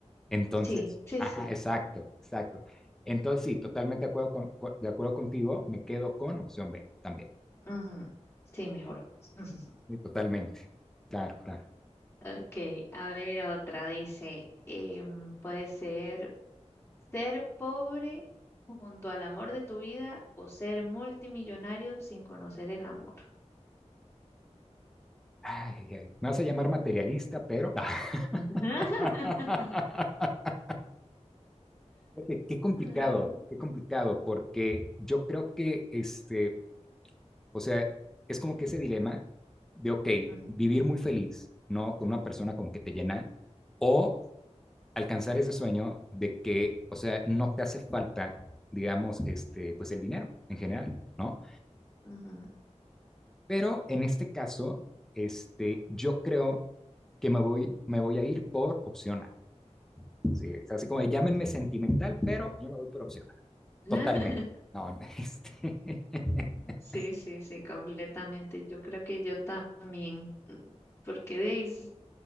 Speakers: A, in the centre; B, on the left.
A: Entonces,
B: Sí, sí,
A: ajá,
B: sí.
A: exacto, exacto. Entonces, sí, totalmente de acuerdo, con- cu- de acuerdo contigo, me quedo con opción B también.
B: Ujú. Sí, mejor. <laughs>
A: Sí, Totalmente. Claro, claro.
B: Ok, a ver otra. Dice, em, puede ser ser pobre junto al amor de tu vida o ser multimillonario sin conocer el amor.
A: Ay, ay, Me vas a llamar materialista, pero...
B: <laughs>
A: <laughs> Fíjate, Qué complicado,
B: Ay.
A: qué complicado, porque yo creo que este, O sea, es como que ese dilema de, ok,
B: Ujú,
A: vivir muy feliz, ¿no? Con una persona como que te llena, o alcanzar ese sueño de que, o sea, no te hace falta, digamos, este, pues el dinero en general, ¿no?
B: ujú, ujú.
A: Pero en este caso, este, yo creo que me voy, me voy a ir por opción A. Sí, es así como de, llámenme sentimental, pero yo me voy por opción A.
B: <laughs>
A: Totalmente. No, este... <laughs>
B: Sí, sí, sí, completamente. Yo creo que yo también, mm, porque de ahí s-